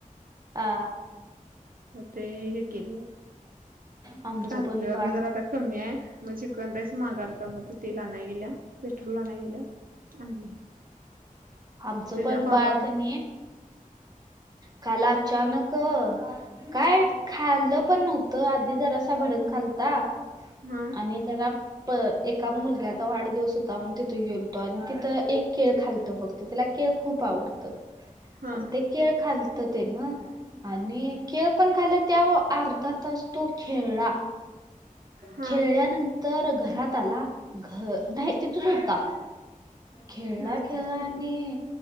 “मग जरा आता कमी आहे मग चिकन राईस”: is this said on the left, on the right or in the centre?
Right